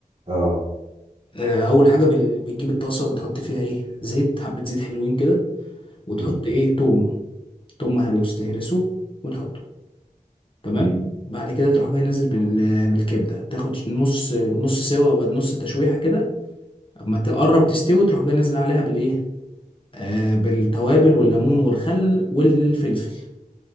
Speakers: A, on the right; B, on the left.
A: اه
B: آه، اول حاجه بال- بتجيب الطاسه بتحط فيها ايه زيت حبه زيت حلوين كده وتحط
A: امم
B: ايه توم توم مهروس تهرسه وتحطه تمام
A: امم
B: بعد كده تروح جاي نازل بال... بالكبده تاخد نص نص سوا وبعد نص تشويحه كده اما تقرب تستوي تروح جاي نازل عليها بالايه آه بالتوابل والليمون والخل والفلفل